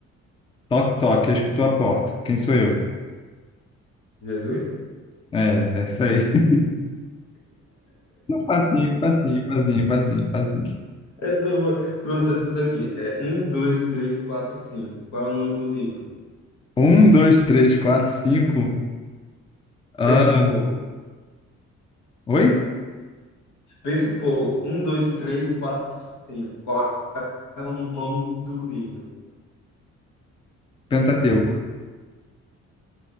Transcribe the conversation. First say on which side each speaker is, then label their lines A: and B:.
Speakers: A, on the left; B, on the left.
A: toque, toque, eu escuto a porta. Quem sou eu?
B: Jesus?
A: É, é isso aí. <laughs> Facinho, facinho, facinho, facinho, facinho.
B: Essa foi... Pronto, essa daqui. É um, dois, três, quatro, cinco. Qual é o nome do livro?
A: Um, dois, três, quatro, cinco. Ah,
B: Pensa um pouco.
A: oi?
B: Pensa um pouco. Um, dois, três, quatro, cinco. Qual é o nome do livro?
A: Pentateuco.